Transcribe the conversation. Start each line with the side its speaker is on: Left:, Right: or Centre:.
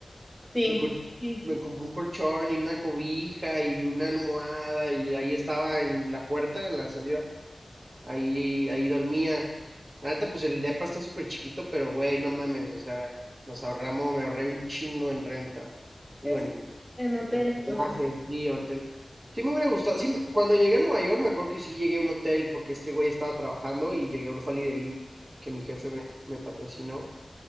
Centre: Sí,
Right: Me, co-
Centre: sí.
Right: me compré un colchón y una cobija y una almohada y ahí estaba en la puerta, en la salida. Ahí, ahí dormía. La neta, pues el depa está súper chiquito, pero güey, no mames, o sea, nos ahorramos, me ahorré un chingo en renta. Digo,
Centre: Es
Right: en,
Centre: en Hotel
Right: en hospedaje,
Centre: Dior.
Right: sí, en hotel. Sí me hubiera gustado, sí, me- cuando llegué a Nueva York me acuerdo que sí llegué a un hotel porque este güey estaba trabajando y llegué a un Holiday Inn que mi jefe me, me patrocinó